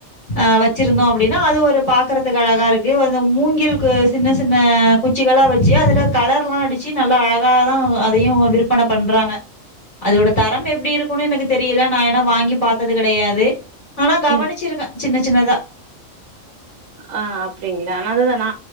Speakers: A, on the left; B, on the right.
A: ஆ வச்சிருந்தோம் அப்டின்னா அது ஒரு பாக்கறதுக்கு அழகா இருக்கு அந்த மூங்கில்க்கு சின்ன சின்ன குச்சிகலா வச்சி அதுல கலர்லாம் அடிச்சி நல்லா அழகாதா அதையும் விற்பன பண்றாங்க அதோட தரம் எப்டி இருக்குன்னு எனக்கு தெரியல நா ஏனா வாங்கி பாத்தது கெடையாது ஆனா கவனிச்சிருக்கன்
B: ம்
A: சின்ன சின்னதா
B: ஆ அப்டிங்கிளா நா அதுதா நா